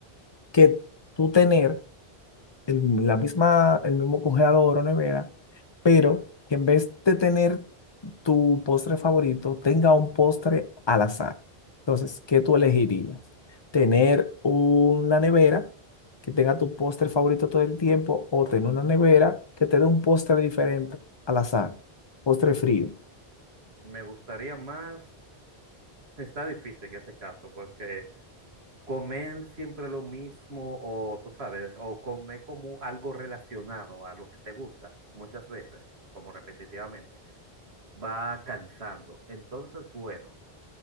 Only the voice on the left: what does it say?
que tú tener el, la misma, el mismo congelador o nevera, pero que en vez de tener tu postre favorito tenga un postre al azar. Entonces, ¿qué tú elegirías? ¿Tener una nevera que tenga tu postre favorito todo el tiempo o tener una nevera que te dé un postre diferente al azar? Postre frío.